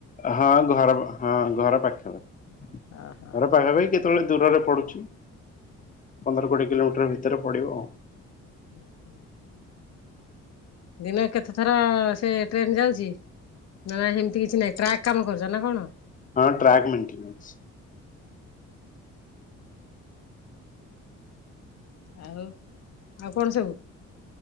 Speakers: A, on the left (about 25°); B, on the left (about 55°).
A: ହଁ ଘର ହଁ ଘର ପାଖାପାଖି
B: ଓହୋ।
A: ଘର ପାଖାପାଖି କେତେବେଳେ ଦୂରରେ ପଡୁଛି ପନ୍ଦର କୋଡିଏ କିଲୋମିଟର ଭିତରେ ପଡିବ ଆଉ।
B: ହୁଁ ହୁଁ। ଦିନେ କେତେ ଥର ସେ ଟ୍ରେନ ଯାଉଛି? ନା ହେମିତି କିଛି ନାଇଁ ଟ୍ରାକ୍ କାମ କରୁଛ ନା କଣ?
A: ହଁ ଟ୍ରାକ୍ ମେଣ୍ଟେନସ।
B: ଆଉ ଆଉ କଣ ସବୁ?